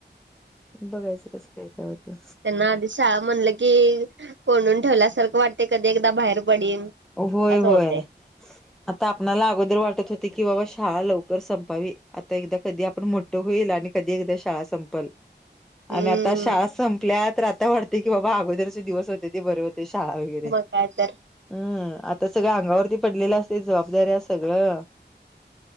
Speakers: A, in the centre; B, on the right.
A: बघायचं कस काय काय होते.
B: आध म्हण की कोून ठेवल्यासारं वाट कधी एक बाहेर. पडीन
A: होय
B: असं
A: होय.
B: होतय
A: आता आपल्याला अगोदर वाटत होते की बाबा शाळा लवकर संपावी आता एकदा कधी आपण मो होईल आणि कधी एकदा शाळा संपल
B: हम्म
A: आणि आता शाळा संपल्यात रातता वाटते की बाबा अगोदरचे दिवस होते ते बरे होते. ते शाळा वगैरे.
B: मग काय तर.
A: हम् आता सगळं अंगावरती पडलेलं असते जबाबदारी आहे सगळं.